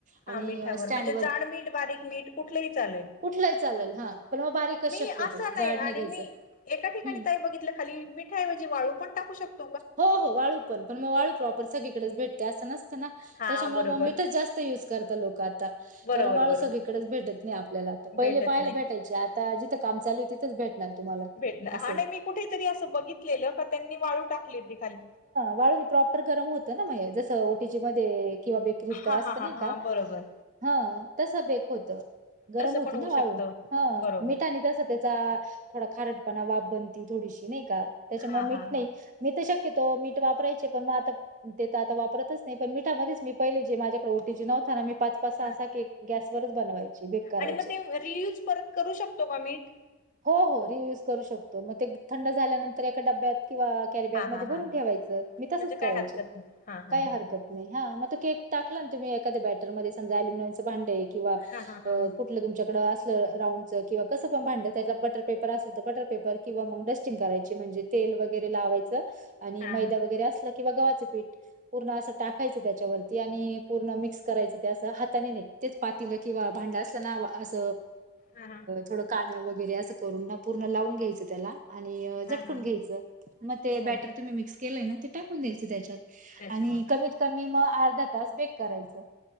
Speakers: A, on the right; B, on the left.
A: आणि
B: हा मिठावर
A: स्टँड
B: म्हणजे जाड मीठ बारीक मीठ कुटले ही चालेल,
A: कुठलं. चालेल हा पण मग बारीकच
B: मी
A: शक्यतो
B: असा नाही
A: जाड
B: आणि
A: घ्यायचं
B: मी एका ठिकाणी
A: हम्म
B: ताई बघितलं खाली मिठाऐवजी वाळू पण टाकू शको
A: हो हो वाळू पण पण मग वाळू प्रॉपर सगळीकडेच भेटते असं नसतं ना
B: हा
A: त्याच्यामुळे
B: बरोबर
A: मग मीठच जास्त यूज करता लोक आता
B: बरोबर
A: कारण वाळू
B: बरोबर
A: सगळीकडेच भेटत नाही आपल्याला आता पहिले
B: भेटत
A: पाहाला
B: नाही
A: भेटयचे आता जिथं काम चालू तिथच भेट ना तुम्हाला
B: भेटणार
A: असंय
B: हा नाही मी कुठेतरी असं बघितलेलं. का त्यांनी वाळू टाकली ती खाली
A: वाळून प्रॉपर गरम होतं. नाे जसं ओटीजी मध्ये किंवा बे
B: हा
A: ध असत
B: हा हा
A: नाही. का
B: हा बरोबर
A: हा तस बेक होत. गरम
B: तसं
A: होती
B: पण होऊ
A: ना वाळू
B: शकत
A: ह
B: बरोबर
A: मिठा आणि <unintelligible> तस त्याचा थोडा खारटपणा वाब बनती थोडीशी. नाही का त्याच्यामुळे
B: हा
A: मीठ
B: हा
A: नाही.
B: हा
A: मी तर शक्यतो मीठ वापरायचे. पण मग आता ते तर आता वापतच नाही. पण मिठामध्येच मी पहिले जे माझ्याकडे ओटी ज नवता ना मी पाच असा
B: हा
A: केक गॅसवररच बनवायची केक करायची.
B: आणि मग ते रियूज परत करू शकतो का मीठ?
A: हो हो रियूज करू शकतो. मग ते थंड झाल्यानंतर एका डब्यात किंवा कॅरी बॅग
B: हा
A: मध्ये
B: हा
A: भरून
B: हा
A: ठेवायचं
B: हा.
A: मी तसच
B: म्हणजे काय
A: करायचे.
B: हरकत नाही. हा हा
A: काय
B: हा
A: हरकत
B: हा.
A: नाही. हा मग केक टाकला ना तुम् एखाद्या बॅटरमध्ये समजा अल्युमिनमचे भांडे किंवा
B: हा हा हा हा
A: कुठ तुमच्याकडं असलं राऊंडच किंवा कसं पण भांड त्याला बटर पेपर असेल तर बटरपेपर. किंवा मग डस्टिंग करायची म्हणजेतेल वगैरे लावायच आणि
B: हा
A: मैदा वगैरे असला किंवा गव्हाचं पीठ पूर्ण असं टाकायचं
B: हा
A: त्याच्यावरती आणि पूर्ण मिक्स करायचं ते असं हाताने नाही तेच पातीलं किंवा भांड असलं ना अस
B: हा हा.
A: थोडं कानं वगैरे असं करून ना पूर्ण लावून घ्यायचं त्याला आणि
B: हा
A: झटकून
B: हा
A: घ्यायचं. मग ते
B: हो
A: बॅटर तुम्ही मिक्स केलंय ना ते टाकून द्यायच त्याच्यात
B: त्याच्यामुळे.
A: आणि कमी कमी मग अर्धा तास बेक करायचं.